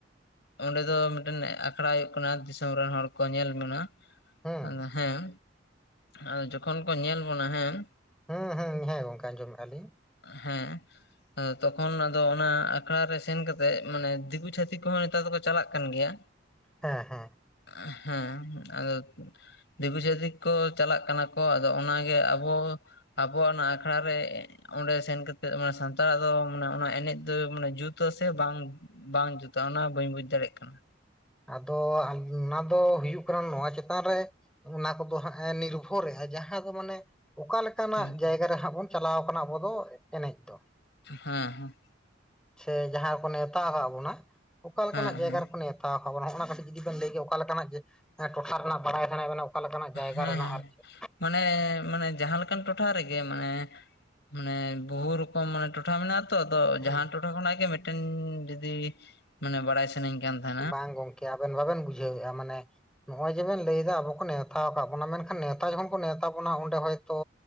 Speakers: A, on the left; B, in the centre.
A: ᱚᱸᱰᱮ ᱫᱚ ᱢᱤᱫᱴᱮᱱ ᱟᱠᱷᱟᱲᱟ ᱦᱩᱭᱩᱜ ᱠᱟᱱᱟ ᱫᱤᱥᱚᱢ ᱨᱮᱱ ᱦᱚᱲ ᱠᱚ ᱧᱮᱞ ᱵᱚᱱᱟ᱾
B: ᱦᱩᱸ
A: ᱟᱫᱚ ᱦᱮᱸ ᱟᱫᱚ ᱡᱚᱠᱷᱚᱱ ᱠᱚ ᱧᱮᱞ ᱵᱚᱱᱟ ᱦᱮᱸ
B: ᱦᱩᱸ ᱦᱩᱸ ᱦᱮᱸ, ᱜᱚᱝᱠᱮ ᱟᱸᱡᱚᱢᱮᱫᱼᱟ ᱟᱹᱞᱤᱧ
A: ᱦᱮᱸ ᱛᱚᱠᱷᱚᱱ ᱟᱫᱚ ᱚᱱᱟ ᱟᱠᱷᱲᱟ ᱨᱮ ᱥᱮᱱ ᱠᱟᱛᱮᱜ ᱢᱟᱱᱮ ᱫᱤᱠᱩ ᱪᱷᱟᱛᱤᱠ ᱠᱚᱦᱚᱸ ᱛᱮ ᱫᱚᱠᱚ ᱪᱟᱞᱟᱜ ᱠᱟᱱ ᱜᱮᱭᱟ᱾
B: ᱦᱮᱸ ᱦᱮᱸ᱾
A: ᱟ ᱦᱮᱸ ᱟᱫᱚ ᱫᱤᱠᱩ ᱪᱷᱟᱹᱛᱤᱠ ᱠᱚ ᱪᱟᱞᱟᱜ ᱠᱟᱱᱟ ᱠᱚ, ᱟᱫᱚ ᱚᱱᱟᱜᱮ ᱟᱵᱚ ᱟᱵᱚᱭᱟᱜ ᱚᱱᱟ ᱟᱠᱷᱲᱟ ᱨᱮ ᱚᱸᱰᱮ ᱥᱮᱱ ᱠᱟᱛᱮᱫ ᱢᱟᱱᱮ ᱥᱟᱱᱛᱟᱲᱟᱜ ᱫᱚ ᱢᱟᱱᱮ ᱚᱱᱟ ᱮᱱᱮᱡ ᱫᱚ ᱢᱟᱱᱮ ᱡᱩᱛ-ᱟ ᱥᱮ ᱵᱟᱝ ᱵᱟᱝ ᱡᱩᱛᱼᱟ, ᱚᱱᱟ ᱵᱟᱹᱧ ᱵᱩᱡ ᱫᱟᱲᱮᱜ ᱠᱟᱱᱟ᱾
B: ᱟᱫᱚ ᱚᱱᱟ ᱫᱚ ᱦᱩᱭᱩᱜ ᱠᱟᱱᱟ ᱱᱚᱣᱟ ᱪᱮᱛᱟᱱ ᱨᱮ ᱚᱱᱟ ᱠᱚᱫᱚ ᱦᱟᱸᱜ ᱮ ᱱᱤᱨᱵᱷᱚ ᱦᱚᱨᱮ ᱟ ᱡᱟᱦᱟᱸ ᱫᱚ ᱢᱟᱱᱮ ᱚᱠᱟ ᱞᱮᱠᱟᱱᱟᱜ
A: ᱦᱮᱸ
B: ᱡᱟᱭᱜᱟ ᱨᱮ ᱦᱟᱸᱜ ᱵᱚᱱ ᱪᱟᱞᱟᱣ ᱠᱟᱱᱟ ᱟᱵᱚ ᱫᱚ ᱮᱱᱮᱡ ᱫᱚ᱾
A: ᱦᱮᱸ ᱦᱮᱸ᱾
B: ᱥᱮ ᱡᱟᱦᱟᱸ ᱨᱮᱠᱚ ᱱᱮᱸᱣᱛᱟ ᱟᱠᱟᱫ ᱵᱚᱱᱟ, ᱚᱠᱟ ᱞᱮᱠᱟᱱᱟᱜ
A: ᱦᱮᱸ
B: ᱡᱟᱭᱜᱟ
A: ᱦᱮᱸ
B: ᱨᱮᱠᱚ ᱱᱮᱸᱣ ᱛᱟᱣ ᱠᱟᱜᱵᱚᱱᱟ ᱦᱚᱸᱜ-ᱚᱱᱟ ᱠᱟᱹᱴᱤᱡ ᱡᱩᱫᱤ ᱵᱮᱱ ᱞᱟᱹᱭ ᱠᱮ ᱚᱠᱟ ᱞᱮᱠᱟᱱᱟᱜ ᱡᱮ ᱮᱸ ᱴᱚᱴᱷᱟ ᱨᱮᱱᱟᱜ ᱵᱟᱲᱟᱭ ᱥᱟᱱᱟᱭᱮᱫ ᱵᱮᱱᱟ, ᱚᱠᱟ ᱞᱮᱠᱟᱱᱟᱜ ᱡᱟᱭᱜᱟ
A: ᱦᱮᱸ
B: ᱨᱮᱱᱟᱜ
A: ᱦᱮᱸ
B: ᱟᱨ ᱪᱮᱫ?
A: ᱢᱟᱱᱮ ᱢᱟᱱᱮ ᱡᱟᱦᱟᱸ ᱞᱮᱠᱟᱱ ᱴᱚᱴᱷᱟ ᱨᱮᱜᱮ ᱢᱟᱱᱮ ᱢᱟᱱᱮ ᱵᱚᱦᱩ ᱨᱚ ᱠᱟ ᱢᱟᱱᱮ ᱴᱚᱴᱷᱟ ᱢᱮᱱᱟᱜ ᱛᱚ, ᱟᱫᱚ
B: ᱦᱩᱸ
A: ᱡᱟᱦᱟᱸᱱ ᱴᱚᱴᱷᱟ ᱠᱷᱚᱱᱟᱜ ᱜᱮ ᱢᱤᱫᱴᱮᱱ ᱡᱩᱫᱤ ᱢᱟᱱᱮ ᱵᱟᱲᱟᱭ ᱥᱟ ᱥᱟᱱᱟᱹᱧ ᱠᱟᱱ ᱛᱟᱦᱮᱸᱫ᱾
B: ᱵᱟᱝ ᱜᱚᱝᱠᱮ ᱟᱵᱮᱱ ᱵᱟᱵᱮᱱ ᱵᱩᱡᱷᱟᱹᱣᱮᱫᱼᱟ ᱢᱟᱱᱮ ᱱᱚᱜᱼᱚᱭ ᱡᱮᱵᱮᱱ ᱞᱟᱹᱭᱫᱟ ᱟᱵᱚ ᱠᱚ ᱱᱮᱣᱛᱟ ᱟᱠᱟᱫ ᱵᱚᱱᱟ, ᱢᱮᱱᱠᱷᱟᱱ ᱱᱮᱶᱛᱟ ᱡᱚᱠᱷᱚᱱ ᱠᱚ ᱱᱮᱶᱛᱟ ᱵᱚᱱᱟ ᱚᱸᱰᱮ ᱦᱚᱭᱛᱳ